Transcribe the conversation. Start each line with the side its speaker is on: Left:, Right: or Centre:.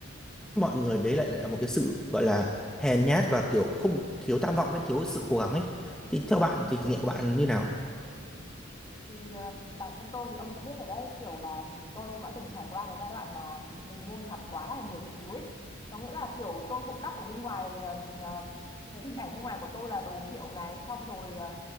Centre: mọi người đấy lại lại là một cái sự gọi là hèn nhát và kiểu không thiếu tham vọng ấy thiếu sự cố gắng ấy thì theo bạn thì trải nghiệm của bạn như nào
Left: Thì, ờ, bản thân tôi thì ông cũng biết ở đấy, kiểu là tôi cũng đã từng trải qua cái giai đoạn mà mình mua sắm quá là nhiều thứ ấy. Có nghĩa là kiểu tôi cũng đắp ở bên ngoài ờ, ờ, cái hình ảnh bên ngoài của tôi là đồ hiệu này, xong rồi ờ,